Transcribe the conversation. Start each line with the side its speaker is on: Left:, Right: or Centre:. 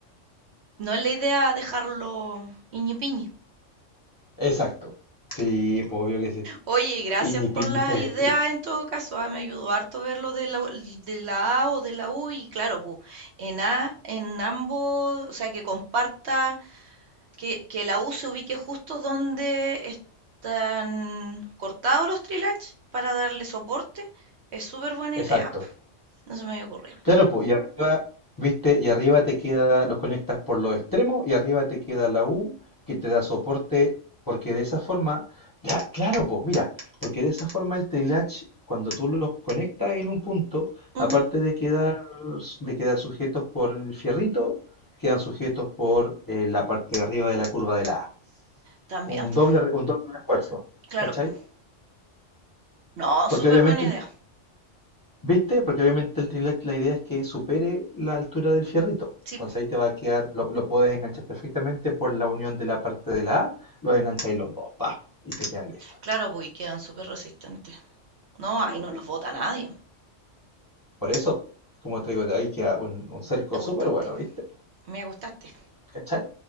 Right: no es la idea dejarlo iñipiñi.
Left: <laughs> Exacto. Sí, pues obvio que sí.
Right: Oye, gracias
Left: Iñipiñi
Right: por las
Left: se.
Right: ideas
Left: eh,
Right: en todo caso. ah, me ayudó harto ver lo de la, de la A o de la U y claro, pues en A, en ambos, o sea, que comparta, que, que la U se ubique justo donde están cortados los trilach para darle soporte, es súper buena
Left: Exacto.
Right: idea. po. No se me había ocurrido.
Left: Claro, pues, y arriba, viste, y arriba te queda, los conectas por los extremos y arriba te queda la U que te da soporte, porque de esa forma, ya, claro, pues, mira, porque de esa forma el trilatch, cuando tú los conectas en un punto, aparte
Right: Ujú,
Left: de quedar, de quedar sujetos por el fierrito, quedan sujetos por eh, la parte de arriba de la curva de la A.
Right: También,
Left: Un
Right: pues,
Left: doble, re- un doble refuerzo,
Right: claro.
Left: ¿cachai?
Right: po. No,
Left: Porque
Right: súper
Left: obviamente
Right: buena
Left: el
Right: idea.
Left: ¿Viste? Porque obviamente el trilet la idea es que supere la altura del fierrito.
Right: Sí,
Left: Entonces
Right: pues,
Left: ahí te va a quedar, lo, lo puedes enganchar perfectamente por la unión de la parte de la A, los engancháis los dos, pa, y te quedan listos.
Right: claro, pues, y quedan súper resistentes. No, ahí no los vota nadie.
Left: Por eso, como te digo, ahí queda un, un cerco
Right: Me
Left: súper
Right: gustaste,
Left: bueno, ¿viste?
Right: me gustaste.
Left: ¿Cachai?